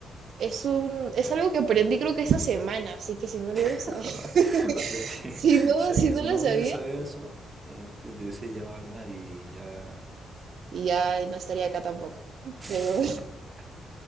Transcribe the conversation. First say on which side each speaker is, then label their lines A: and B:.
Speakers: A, on the right (about 55°); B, on the right (about 15°).
A: es un, es algo que aprendí creo que esta semana, así que si no lo hubiera
B: <laughs>
A: sabido, <laughs>
B: O sea que,
A: si no,
B: o sea
A: si
B: que
A: no
B: si
A: lo
B: no
A: sabía,
B: hubiese sabido eso, hostia, te hubiese llevado al mar y ya.
A: ya no estaría acá tampoco.
B: <laughs>
A: Pero